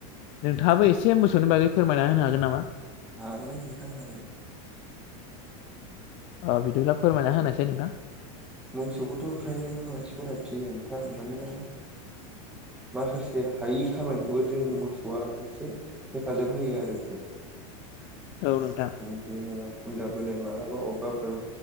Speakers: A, on the left; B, in the centre.
A: नोंथाङाबो एसे मोसौनि बागै फोरमायना होनो हागोन नामा?
B: हागोन‌ नोंथां हागोन।
A: अ बिदिब्ला फोरमायना होनायसाय नोंथां
B: मोसौखौथ' फ्रायानो मानसिफोरा फियो नोंथां मानोना माखासे हायि खामानिखौबो जोंनि मोसौआ एसे हेफाजाब होयो आरोखि
A: औ नोंथां
B: ओम जेनेबा खुन्दा बोनाय मालाबा अबेबाफोर